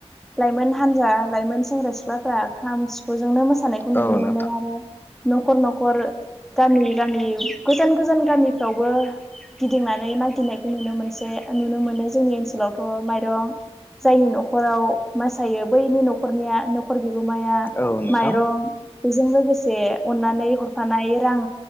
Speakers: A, in the centre; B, on the left.
A: लाइमोन हान्जा लाइमोन सेंग्रा सिख्लाफ्रा खाम, सिफ फुंजोंनो मोसानायखौ नुनो
B: औ नोंथां
A: मोनो आरो न'खर न'खर गामि गामि गोजान गोजान गामिफ्रावबो गिदिंनानै मागिनायखौ नुनो मोनसै नुनो मोनो। जोंनि ओनसोलावथ' माइरं जायनि न'खराव मासायो बैनि न'खरनिया न'खर बिगोमाया
B: औ
A: माइरं
B: नोंथां
A: बेजों लोगोसे अननानै हरफानाय रां